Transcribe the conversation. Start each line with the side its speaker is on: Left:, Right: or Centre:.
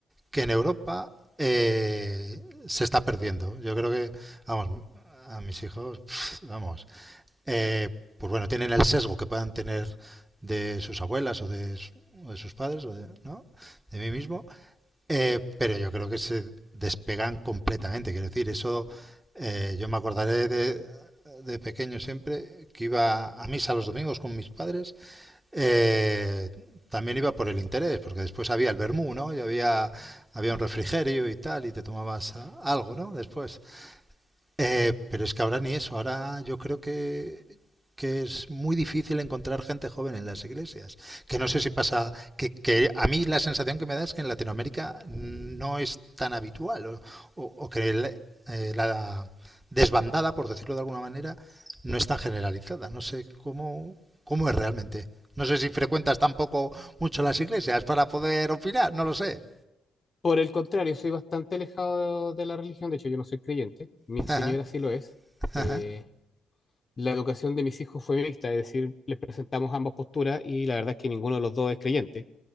Right: que en Europa eh, se está perdiendo. Yo creo que, vamos, a mis hijos, <laughs> vamos, eh, pues bueno, tienen el sesgo que puedan tener de sus abuelas o de, o de sus padres, o de, ¿no? De mí mismo, eh, pero yo creo que se despegan completamente. Quiero decir, eso eh, yo me acordaré de, de pequeño siempre que iba a misa los domingos con mis padres. eh, también iba por el interés, porque después había el vermú, ¿no? Y había, había un refrigerio y tal, y te tomabas ah, algo, ¿no? Después. Eh, pero es que ahora ni eso, ahora yo creo que, que es muy difícil encontrar gente joven en las iglesias. Que no sé si pasa, que, que a mí la sensación que me da es que en Latinoamérica no es tan habitual, o, o- o que el- eh, la desbandada, por decirlo de alguna manera, no es tan generalizada. No sé cómo, cómo es realmente. No sé si frecuentas tampoco mucho las iglesias para poder opinar, no lo sé.
Left: Por el contrario, soy bastante alejado de la religión, de hecho yo no soy creyente, mi
Right: <laughs>
Left: señora
Right: Ajá,
Left: sí lo es, eh,
Right: ajá,
Left: la educación de mis hijos fue mixta, es decir, les presentamos ambas posturas y la verdad es que ninguno de los dos es creyente.